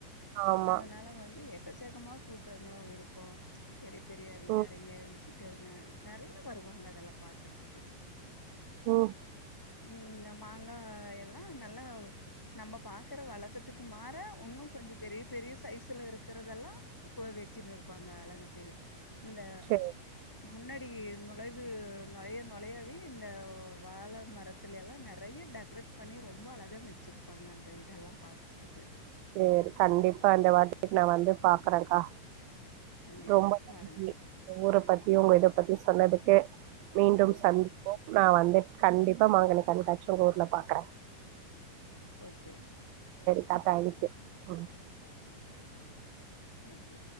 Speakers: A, on the right (about 80°); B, in the centre.
A: ஆமா
B: அதனால வந்து எ எக்கச்சக்கமா கூட்டெல்லா இருக்கு பெரிய பெரிய அதிகாரிங்க
A: ம்
B: விசிட் டருங்க நெறைய வருவாங்க அதெல்லா பாக்கறதுக்கு
A: ஓ
B: ம் நம் மாங்கா எல்லா நல்லா நம்ம பாக்கற வழக்கத்துக்கு மாறா இன்னு கொஞ்ச பெரிய பெரிய சைஸ்ல இருக்கிறதெல்லா வெச்சுனு இருப்பாங்க அழகுக்கு இந்த
A: சேரி
B: முன்னாடி நுழைவு நொழைய நொழையவே இந்த வாழ மரத்துல எல்லா நெறைய டெக்ரேட் பண்ணி ரொம்ப அழகா வெச்சிருப்பாங்க அந்த இதெல்லா பாக்குறதுக்கு
A: சேரி கண்டிப்பா இந்த வாட்டி நா வந்து பாக்கறங்க்கா
B: கண்டிப்பா
A: ரொம்ப நன்றி
B: பாருங்க
A: ஊர பத்தி யு உங்க இத பத்தியு சொன்னதுக்கு மீண்டும்
B: ஆ
A: சந்திப்போம் நா வந்து கண்டிப்பா மாங்கனி கண்காட்சிய உங்க ஊர்ல பாக்கற
B: ஓகே
A: <unintelligible> அ
B: தேங்க் யூ